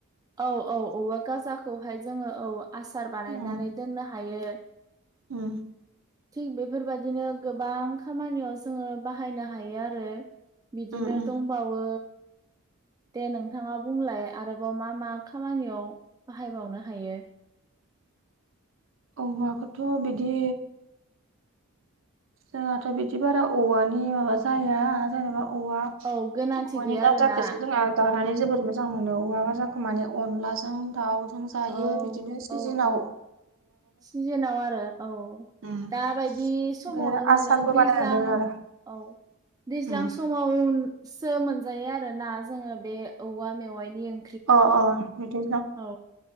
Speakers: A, on the right; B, on the right.
A: औ औ औवा गाजाखौहाय जोङो औ आसार बानायनानै
B: उम
A: दोननो हायो।
B: उम।
A: थिग बेफोरबायाददिनो गोबां खामानियाव जोङो बाहायनो हायो आरो बिदिनो
B: उम उम
A: दंबावो। दे नोंथाङा बुंलाय आरोबाव मा मा खामानियाव बाहायबावनो हायो?
B: औवाखौथ' बिदि। जोंहाथ' बिदि बारा औवानि माबा जाया जेनेबा औवा
A: औ गोनांथि
B: अवानि
A: गैया
B: गाजाखौसो
A: आरोना
B: जोंहा
A: नोंथां
B: जानानै जोबोर मोनज मोजां मोनो औवा गाजाखो माने अनलाजों दाउजों जायो
A: औ
B: बिदिनो सिजेनाव
A: औ औ सिजोनाव आरो औ
B: उम
A: दाबायदि समावनो
B: ओमफ्राय आरो
A: मोनो
B: आसारबो
A: दैज्लां
B: बानायना दोनो आरो
A: औ दैज्लां
B: उम
A: सम समावसो मोनजायो आरो ना जोङो बे औवा मेवाइनि ओं
B: अ अ बिदि
A: औ